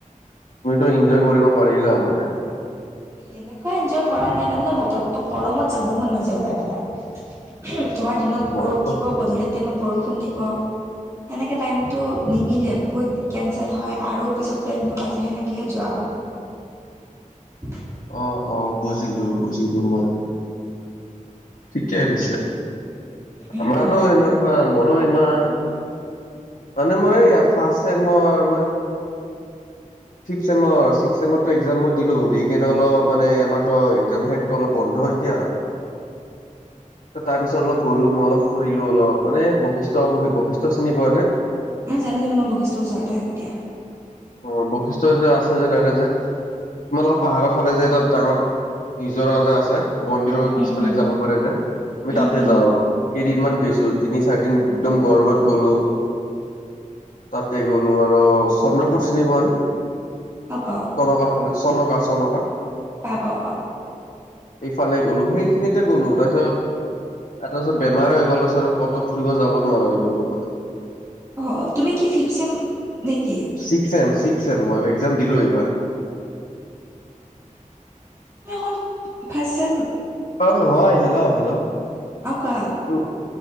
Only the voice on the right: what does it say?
সেনেকুৱা এনজয় কৰা নাই, মানে ত বতৰতো গৰমত যাব মন নাযায় ওলাই পেলাই। তোমাৰ
দিনত
ৰ'দ দিব গধূলিৰ টাইমত বৰষুণ দিব। সেনেকে টাইমটো নিমিলে বহুত কেনঞ্চেল হয় আৰু পিছত প্লেনবোৰ নাযায় সেনেকৈহে যোৱা হ'ল। <unintelligible>
উম
উম
ন জানে কিন্ত মই বশিৰ ওচৰতে হেকতিয়া।
উম
উম
উম
উম
উম
অ পাও
পা পাও পাও
অ তুমি কি ফিফ চেম নেকি?
অক ভাইছে?
অ কোৱা